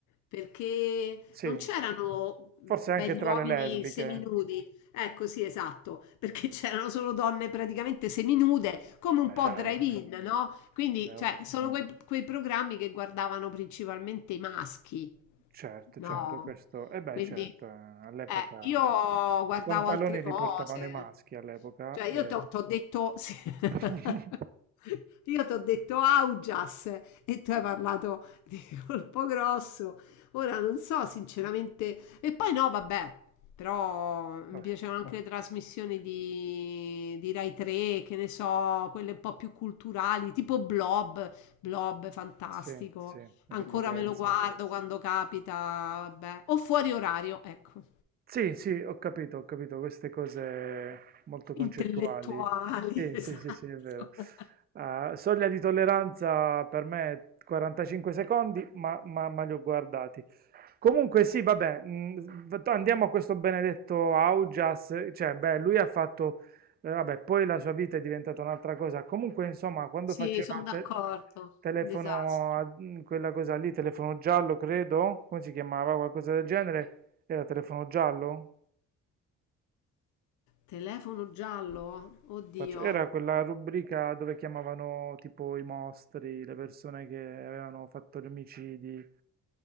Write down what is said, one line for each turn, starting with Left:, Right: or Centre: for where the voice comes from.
Left: perché
Right: Sì,
Left: non c'erano belli
Right: forse anche tra
Left: uomini
Right: le lesbiche.
Left: seminudi, ecco sì, esatto, perché <laughs> c'erano solo donne praticamente seminude, come un
Right: Beh,
Left: po'
Right: dai,
Left: drive-in,
Right: eh.
Left: no? Quindi,
Right: Beh,
Left: cioè,
Right: oh,
Left: sono quei, quei programmi che guardavano principalmente i maschi,
Right: certo,
Left: no?
Right: certo, questo, e beh,
Left: Quindi
Right: certo, eh, all'epoca
Left: eh, io guardavo
Right: i pantaloni
Left: altre cose,
Right: li portavano i maschi all'epoca.
Left: cioè
Right: e-
Left: io ti ho detto, sì. <laughs>
Right: <laughs>
Left: io ti ho detto Augias e tu hai parlato di colpo grosso, ora non so sinceramente, e poi no, vabbè, però mi
Right: Vabbè,
Left: piacevano anche le trasmissioni di, di Rai 3, che ne so, quelle un po' più culturali, tipo Blob, Blob, fantastico.
Right: sì, sì, Enrico
Left: Ancora
Right: Ghezzi.
Left: me lo guardo quando capita, vabbè. O fuori orario, ecco.
Right: Sì, sì, ho capito, ho capito queste cose molto
Left: Intellettuali,
Right: concettuali. Sì,
Left: <laughs>
Right: sì, sì, sì, è
Left: esatto.
Right: vero. Eh, soglia di tolleranza per me 45 secondi, ma, ma- ma li ho guardati. Comunque sì, vabbè, mh, andiamo a questo benedetto Augias, cioè, beh, lui ha fatto, eh, vabbè, poi la sua vita è diventata un'altra cosa. Comunque, insomma, quando
Left: Sì,
Right: faceva
Left: sono d'accordo.
Right: te- telefono,
Left: Disastro.
Right: a- mh, quella cosa lì, telefono giallo, credo, come si chiamava, qualcosa del genere. Era telefono giallo?
Left: Telefono giallo? Oddio.
Right: Fac- Era quella rubrica dove chiamavano tipo i mostri, le persone che avevano fatto gli omicidi.